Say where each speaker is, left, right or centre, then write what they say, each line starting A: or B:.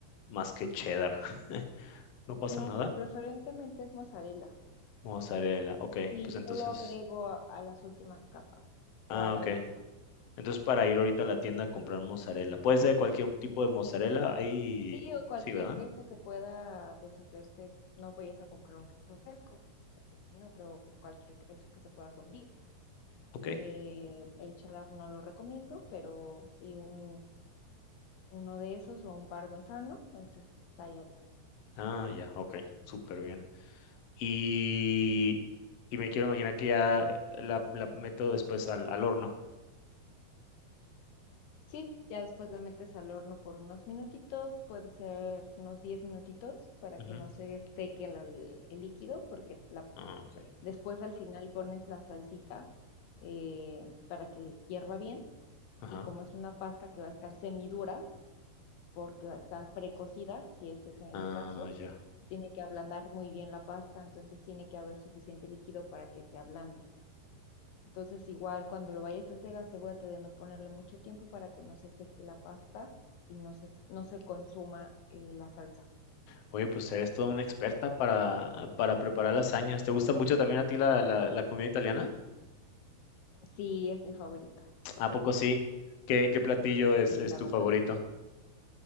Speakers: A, on the left; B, on the left.
A: más que cheddar. <laughs> No pasa
B: No,
A: nada.
B: pues preferentemente es mozzarella
A: Mozzarella, ok,
B: y
A: pues entonces,
B: yo lo agrego a, a las últimas capas
A: ah,
B: o a la
A: ok.
B: última
A: Entonces para ir ahorita a la tienda a comprar mozzarella. Puede ser cualquier tipo de mozzarella, ahí
B: Sí, o cualquier
A: sí, ¿verdad?
B: queso que pueda deshacerse. No vayas a comprar un queso fresco, ese sí, no, pero cualquier queso que se pueda fundir.
A: Ok.
B: Eh, el cheddar no lo recomiendo, pero sí un, uno de esos o un parmesano, ese estaría bien.
A: Ah, ya, ok, súper bien. Y, y me quiero imaginar que ya la, la meto después al, al horno.
B: Sí, ya después la metes al horno por unos minutitos, puede ser unos 10 minutitos para
A: Ujú.
B: que no se seque la- el líquido, porque la-
A: Ah, ok.
B: después al final pones la salsita eh, para que hierva bien
A: Ajá.
B: y como es una pasta que va a estar semidura, porque va a estar precocida, si ese es el
A: Ah,
B: caso,
A: ya.
B: se tiene que ablandar muy bien la pasta, entonces tiene que haber suficiente líquido para que se ablande. Entonces igual cuando lo vayas a hacer, asegúrate de no ponerle mucho tiempo para que no se seque la pasta y no se, no se consuma eh, la salsa.
A: Oye, pues eres toda una experta para, para preparar lasañas. ¿Te gusta mucho también a ti la, la- la comida italiana?
B: Sí, es mi favorita.
A: ¿A poco sí? ¿Qué, qué platillo es,
B: Sí,
A: es
B: la
A: tu
B: verdad
A: favorito?
B: es que